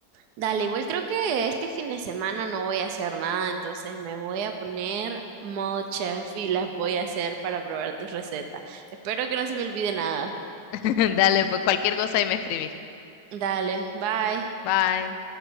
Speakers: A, on the right; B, on the left.
A: Dale, igual creo que este fin de semana no voy a hacer nada, entonces me voy a poner modo chef y las voy a hacer para probar tus recetas. Espero que no se me olvide nada.
B: <laughs> Dale, pues cualquier cosa ahí me escribís.
A: Dale, bye.
B: Bye.